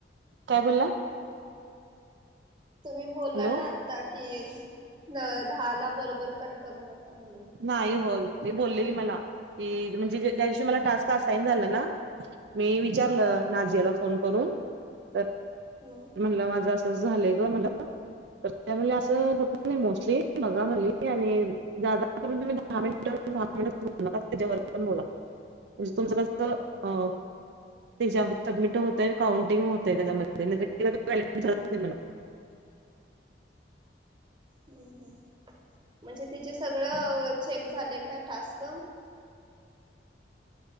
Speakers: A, on the right; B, on the right.
A: काय बोलला
B: तुम्ही बोलला
A: हॅलो.
B: ना आता कि दहा ला बरोबर कट करू नका म्हणून
A: नाही हो ते बोललेली मला की म्हणजे त्यादिवशी मला टास्क असाईन झाला ना, मी विचारलं
B: हा हा
A: नाझियाला फोन करून तर
B: हो
A: म्हणलं माझं असं झालंय ग मला तर त्या म्हणली असं होत नाही मोस्टली बघा म्हणली आणि जादा कमीत कमी दहा मिनिटं दहा मिनिटंच बोलू नका त्याच्या वरती पण बोला म्हणजे तुमचं कसं अं त्याच्या सबमिट होतंय आणि काउंटिंग होतंय त्याच्यामध्ये <unintelligible>
B: हम्म हम्म म्हणजे तिचेे सगळं चेक झाले का टास्क?